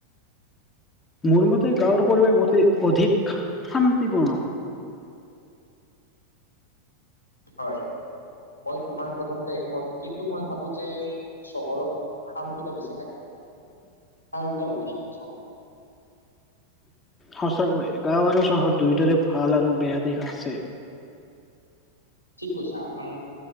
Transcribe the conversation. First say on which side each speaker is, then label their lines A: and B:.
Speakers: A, on the left; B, on the left.
A: মোৰ মতে গাঁৱৰ পৰিৱেশ অতি অধিক শান্তিপূৰ্ণ।
B: হয়, মই তোমাৰ কথামতে একমত কিন্তু মই ভাবো যে চহৰত সাহসিতা বেছি থাকে সাহসিতা <unintelligible>
A: সচাকৈয়, গাঁও আৰু চহৰ দুয়োটাৰে ভাল আৰু বেয়া দিশ আছে।
B: ঠিক কৈছা, আমাৰ